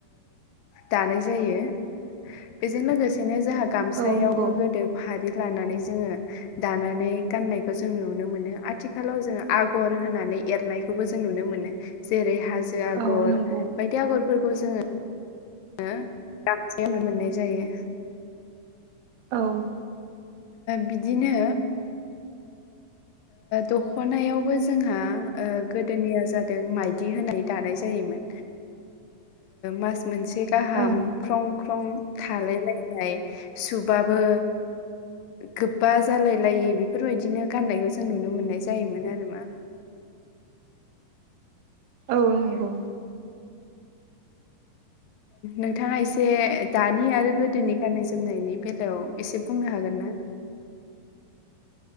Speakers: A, on the left; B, on the right.
A: दानाय जायो बेजों लोगोसेनो जोंहा गाम फिथायायावबो
B: औ नंगौ
A: गोदो फारि लानानै जोङो। दानानै गाननायखौ जों नुनो मोनो आथिखालाव जों आगर होनानै एरनायखौबो जों नुनो मोनो। जेरै हाजो आगर
B: औ नंगौ
A: बायदि आगरफोरखौ जोङो। हो दामसेयावनो मोननाय जायो।
B: औ।
A: बिदिनो। दख'नायावबो जोंहा गोदोनिया जादों माइदि होननानै दानाय जायोमोन। मास मोनसे गाहाम
B: ओं
A: ख्रं ख्रं थालाय लायलाय सुबाबो। गोबा जालाय लायि बेफोरबायदिनो गाननायखौ जों नुनो मोननाय जायोमोन आरो मा?
B: औ नंगौ।
A: नोंथाङा एसे दानि आरो गोदोनि गाननाय जोमनायनि बेलायाव एसे बुंनो हागोन ना।